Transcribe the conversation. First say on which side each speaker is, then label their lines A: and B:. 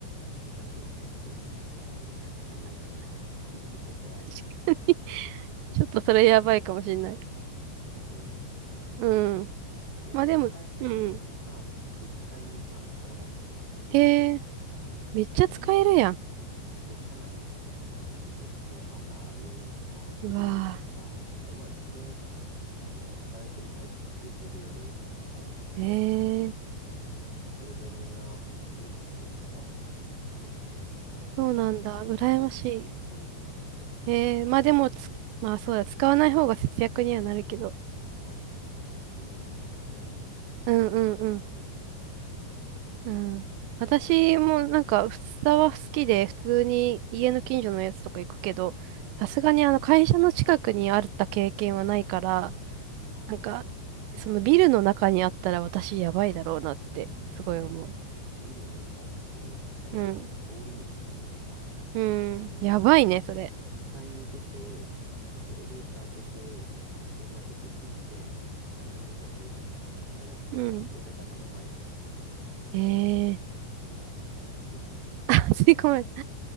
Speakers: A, on the right; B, on the right.
A: 恥ずかしいね。スーツ着たサラリーマン、中年のおじさんが、キッズココアで、つって。
B: <laughs>
A: 恥ずかしいけど。
B: ちょっとそれやばいかもしれない。
A: うん。ちょっと聞いてみようかな。でも
B: うん。
A: なんかうちの会社のさ、
B: まあでも、うん。
A: 1階にさ、スタバがあって、
B: えー、めっちゃ使えるやん。
A: なんかもうみんなそう、社内の人とかさ、もう結構朝寄るのか、昼寄るのか、
B: うわ
A: あとまあ普通にし、じあの、働いてる最中も休憩で寄れるからさ、
B: ぁ。えー、
A: なんかそれでみんな、なんかよくね、スタバ持って戻ってくるけど、
B: そうなんだ。
A: 一
B: 羨まし
A: 回も使ったことない、そこ。
B: い。えー、まあでもつ、まあそうだ、使わない方が節約にはなるけど。
A: まあそうだね。みんな毎日500円って考えたら確かに結構高いかもしれない。
B: うんうんうん。うん。私もなんか、スタバ好きで、普通に家の近所のやつとか行くけど、さすがにあの会社の近くにあった経験はないから、
A: うん。ああ、
B: なんか、
A: う
B: そのビルの中にあったら私やばいだろうなって、
A: ん。
B: すごい思う。
A: もうビルの中だし、なんならもう通り道っていうか、
B: うん。うん。
A: その、
B: やばいね、それ。
A: 1階に出て、エレベーター出て、で、まあちょっとピーって改札みたいに出るとこあるんだけど、
B: うん。
A: そこ出た目の前にあるから、
B: ええ
A: みんなかなり吸い込まれてて。
B: <laughs> 吸い込まれた。